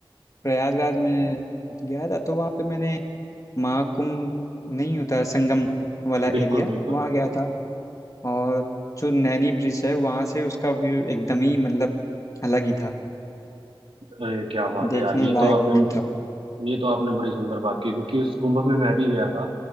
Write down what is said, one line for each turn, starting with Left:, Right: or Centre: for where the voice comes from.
Left: प्रयागराज में गया था तो वहाँ पे मैंने महाकुंभ नहीं होता है संगम वाला
Right: बिल्कुल
Left: एरिया
Right: बिल्कुल
Left: वहाँ गया था और जो नैनी ब्रिज है वहाँ से उसका व्यू एकदम ही मतलब अलग ही था
Right: अरे क्या बात
Left: देखने
Right: है यार ये
Left: लायक
Right: तो आपने
Left: व्यू था
Right: ये तो आपने बड़ी सुंदर बात की क्योंकि उस कुंभ में मैं भी गया था